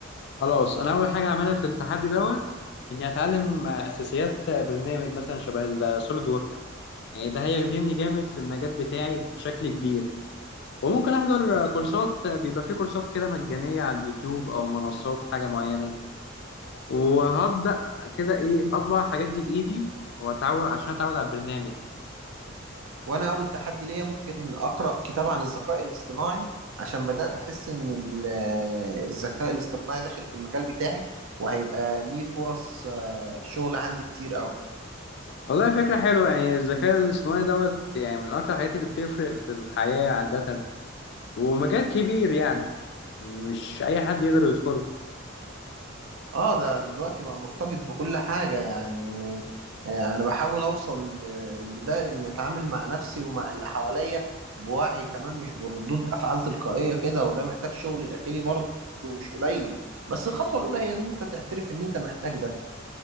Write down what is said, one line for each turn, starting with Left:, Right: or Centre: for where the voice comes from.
Left: خلاص انا اول حاجة اعملها في التحدي دوت اني اتعلم آه، اساسيات آه، برنامج مثلا شبه السوليد وورك يعني ده هيخدمني جامد في المجال بتاعي بشكل كبير وممكن احضر آه، كورسات آه، بيبقى في كورسات كده مجانية على اليوتيوب او منصات حاجة معينة وهبدأ كده إيه أطبع الحاجات دي بإيدي وأتعود عشان أتعود على البرنامج
Right: وانا اول تحدي ليا ممكن اقرا كتاب عن الذكاء الاصطناعي عشان بدات احس ان ال- الذكاء الاصطناعي داخل في المجال بتاعي وهيبقى ليه فرص آه، شغل عندي كتير قوي
Left: والله فكرة حلوة يعني الذكاء الاصطناعي دوت يعني من أكتر الحاجات اللي بتفرق في الحياة عادة ومجال كبير يعني مش أي حد يقدر يدخله
Right: اه ده دلوقتي بقى مرتبط بكل حاجه يعني آه، انا بحاول اوصل ل- لده اني اتعامل مع نفسي ومع اللي حواليا بوعي كمان مش بردود افعال تلقائيه كده وده محتاج شغل داخلي برضه مش قليل بس الخطوه الاولى هي ان انت تعترف ان انت محتاج ده